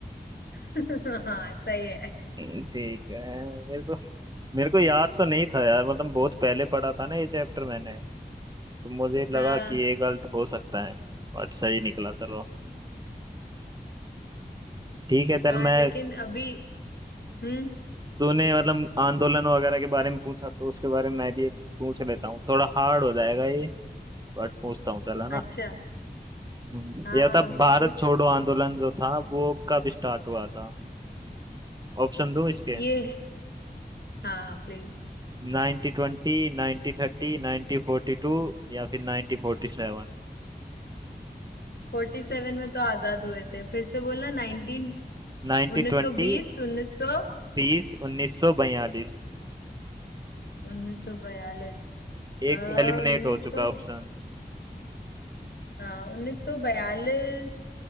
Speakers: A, on the left; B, on the right.
A: <laughs> हाँ सही है
B: हम्म, ठीक है मेरे को मेरे को याद तो नहीं था यार मतलब बहुत पहले पढ़ा था ना ये चैप्टर मैंने तो मुझे लगा
A: हाँ
B: कि ये गलत हो सकता है बट सही निकला चलो ठीक है चल
A: हाँ
B: मैं
A: लेकिन अभी हम्म
B: तूने मतलब आंदोलन वगैरह के बारे में पूछा तो उसके बारे में मैं भी एक पूछ लेता हूँ थोड़ा हार्ड हो जाएगा ये बट पूछता हूँ चला ना
A: अच्छा
B: हम्म,
A: हाँ
B: ये बता
A: हाँ हाँ
B: भारत
A: पूछ
B: छोड़ो आंदोलन जो था वो कब स्टार्ट हुआ था ऑप्शन दूं इसके
A: ये हाँ प्लीज
B: नाइनटी ट्वेंटी नाइनटी थर्टी नाइनटी फोर्टी टू या फिर नाइनटी फोर्टी सेवन
A: फोर्टी सेवन में तो आजाद हुए थे फिर से बोलना नाइनटीन
B: नाइनटी
A: उन्नीस
B: ट्वेंटी
A: सौ बीस उन्नीस सौ
B: तीस उन्नीस सौ बयालीस
A: उन्नीस सौ बयालीस
B: एक
A: उन्नीस
B: तो एलिमिनेट हो चुका
A: सौ
B: ऑप्शन
A: हाँ उन्नीस सौ बयालीस